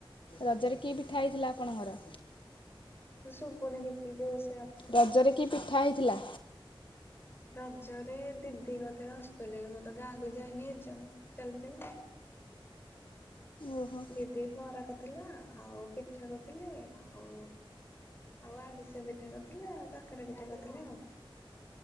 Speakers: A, on the left; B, on the left.
A: ରଜରେ କିଏ ପିଠା ହେଇଥିଲା ଆପଣଙ୍କର
B: ସପୁ ନା ଘି ଦିବସ୍।
A: ରଜରେ କି ପିଠା ହେଇ ଥିଲା।
B: ରଜରେ ଦିଦି କଥିଲା ହଷ୍ଟେଲିରେ ମଁତ ଗାଁକୁ ଯାଇନି ଏଯ ଚାଲିଥିଲା।
A: ଓହୋ
B: ଦିଦି ବରା କରିଥିଲା ଆଉ ପିଠା କରିଥିଲେ ଆଉ ଆଉ ଆରିସା ପିଠା କରିଥିଲେ ଆଉ କକେରେ ପିଠା କରିଥିଲେ ଆଉ।